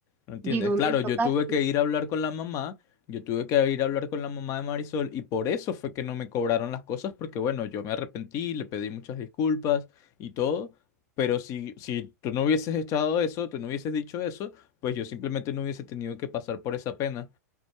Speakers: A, on the left; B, on the right.
A: ¿No entiendes?
B: ¿de dónde
A: Claro,
B: sacaste?
A: yo tuve que ir a hablar con la mamá, yo tuve que ir a hablar con la mamá de Marisol y por eso fue que no me cobraron las cosas, porque bueno, yo me arrepentí, le pedí muchas disculpas y todo, pero si, si tú no hubieses echado eso, tú no hubieses dicho eso, pues yo simplemente no hubiese tenido que pasar por esa pena.